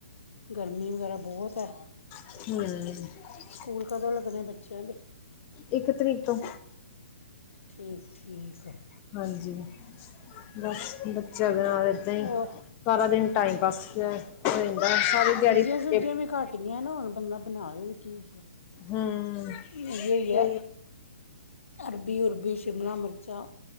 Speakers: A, on the left; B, on the left.
A: ਗਰਮੀ ਵਗੈਰਾ ਬਹੁਤ ਹੈ
B: ਹੂ,,,
A: ਸਕੂਲ ਕਦੋਂ ਲੱਗਣੇ ਬੱਚਿਆਂ ਦੇ
B: ਇੱਕ ਤਰੀਕ ਤੋਂ
A: ਠੀਕ-ਠੀਕ ਹੈ
B: ਹਾਂਜੀ ਬਸ ਬੱਚਿਆਂ ਨਾਲ ਇਦਾਂ ਹੀ
A: ਹੋਰ
B: ਸਾਰਾ ਦਿਨ ਟਾਈਮ ਪਾਸ ਰਹਿੰਦਾ ਸਾਰੀ ਦਿਹਾੜੀ ਬੱਚੇ
A: ਮੇ ਸਬਜੀਆਂ ਵ ਘਾਟ ਇਨੀਆਂ ਨੂੰ ਹੁਣ ਬੰਦਾ ਬਣਾਇ ਵੀ ਕੀ
B: ਹਮ
A: ਇਹ ਹੋਆ
B: ਸਹੀ
A: ਅਰਬੀ ਉਰਬੀ ਸ਼ਿਮਲਾ ਮਿਰਚਾਂ